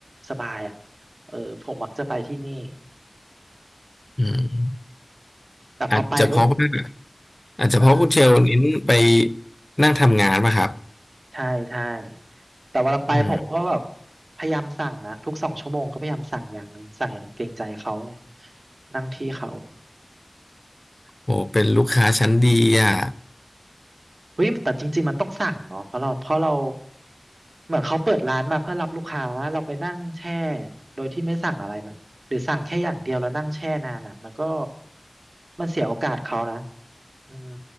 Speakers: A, on the right (about 80°); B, on the left (about 30°).
A: สบายอ่ะเออผมมักจะไปที่นี่
B: อืม
A: แต่พอไปปุ๊บ
B: อาจจะเพราะว่าอาจจะเพราะคุณเชลเน้นไป
A: เออ
B: นั่งทำงานมาครับ
A: ใช่ใช่แต่เวลาไปผมก็แบบ
B: อืม
A: พยายามสั่งนะทุกสองชั่วโมงก็พยายามสั่งอย่างหนึ่งสั่งอย่างหนึ่งเกรงใจเขาไงนั่งที่เขา
B: โอ้เป็นลูกค้าชั้นดีอ่ะ
A: เฮ้ยแต่จริงๆมันต้องสั่งเนาะเพราะเราเพราะเราเหมือนเขาเปิดร้านมาเพื่อรับลูกค้าเราไปนั่งแช่โดยที่ไม่สั่งอะไรมันหรือสั่งแค่อย่างเดียวแล้วนั่งแช่นานอ่ะมันก็มันเสียโอกาสเขานะ อืม